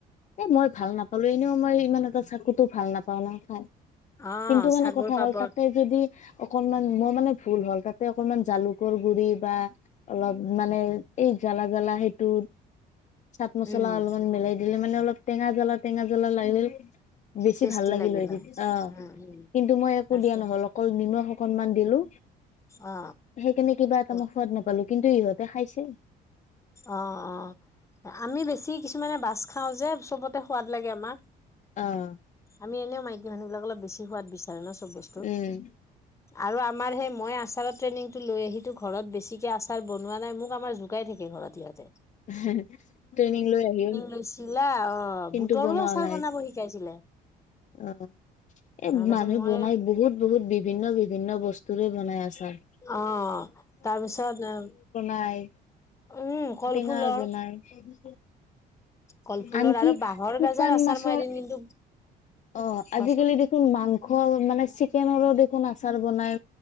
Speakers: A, on the left; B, on the left.
A: এ মই ভাল নাপালো এনেও মই ইমান এটা চাকুতো ভাল নাপাওঁ ন খাই
B: অ
A: কিন্ত মানে
B: ছাগৰ
A: কথা
B: পাপৰ
A: হ'ল তাতে যদি অকনমান মই মানে ভুল হ'ল তাতে অকনমান জালুকৰ গুৰি বা অলপ মানে এই জ্বালা জ্বালা সেইটো চাট মছলা
B: উম
A: অলপমান মিলাই দিলে মানে অলপ টেঙা জ্বলা টেঙা জ্বলা লাগিল <inaudible> বেছি
B: টেষ্টি
A: ভাল লাগিল এদিন
B: হয়
A: অঁ
B: উম উম
A: কিন্তু মই একো
B: তাকে
A: দিয়া নহল অকল নিমখ অকনমান দিলো
B: অ
A: সেইকাৰণে কিবা এটা
B: অ
A: মই সোৱাদ নাপালো কিন্তু ত ইহঁতে খাইছে
B: অঁ অঁ আমি বেছি কিছুমানে বাছ খাওঁ যে চবতে সোৱাদ লাগে আমাক
A: অঁ <inaudible>
B: আম এনে মাইকি মানুহবিলাক বেছি সোৱাদ বেছি। ধাৰণৰ চব বস্তু
A: উম
B: আৰু আমাৰ সেই মই আচাৰৰ ট্ৰেইনিংটো লৈ আহিছো ঘৰত বেছিকে আচাৰ বনোৱা নাই মোক আমাৰ জোকাই থাকে ঘৰত তেতিয়াতে
A: ট্ৰেইনিং লৈ আহিল
B: লৈছিলা অ
A: কিন্তু
B: বুটৰো
A: বনোৱা
B: আচাৰ
A: নাই
B: বনাব শিকাইছিলে অ
A: অঁ এ
B: তাৰপিছত
A: মানুহ
B: মই
A: বনাই বহুত বহুত বিভিন্ন বিভিন্ন বস্তুৰে বনাই আছাৰ
B: অঁ তাৰপিছত
A: হয়
B: উম কলফুলৰ
A: ঙাৰ বনাই বি
B: কলফুলৰ
A: আনকি
B: আৰু বাঁহৰ
A: শুকান
B: গাজাৰ আচাৰ
A: মাছৰ
B: মই এদিন কিন্তু
A: অঁ
B: কোৱাচোন
A: আজিকালি দেখোন মাংস মানে চিকেনৰো দেখোন আচাৰ বনাই